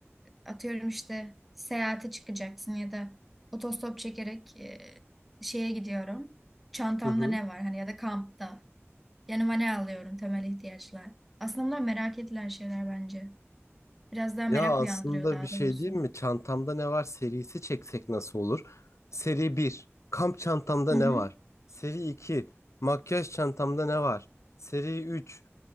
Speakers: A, in the centre; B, on the left.
A: atıyorum işte seyahate çıkacaksın ya da otostop çekerek e, şeye gidiyorum. Çantamda
B: Hı hı.
A: ne var hani ya da kampta. Yanıma ne alıyorum temel ihtiyaçlar. Aslında bunlar merak edilen şeyler bence. Biraz daha
B: Ya
A: merak
B: aslında
A: uyandırıyor daha
B: bir şey
A: doğrusu.
B: diyeyim mi? Çantamda ne var serisi çeksek nasıl olur? Seri bir. Kamp çantamda
A: Hı
B: ne
A: hı.
B: var? Seri 2. Makyaj çantamda ne var? Seri 3.